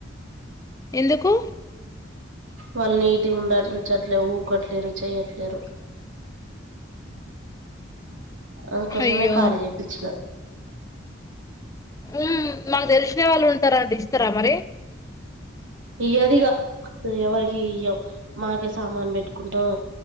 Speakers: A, on the left; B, on the right.
A: ఎందుకు?
B: వాళ్ళు నీటిగా ఉండించట్లే ఊకట్లేరు చెయ్యట్లేరు అందుకోసమే
A: అయ్యో
B: ఖాళీ జేపిచ్చినా
A: హ్మ్ మాకు తెలిసిన వాళ్ళు ఉంటార ఇస్తరా మరి
B: ఇయ్యదిగా ఎవరికి ఇయ్యం మాకే సామాన్ పెట్టుకుంటాం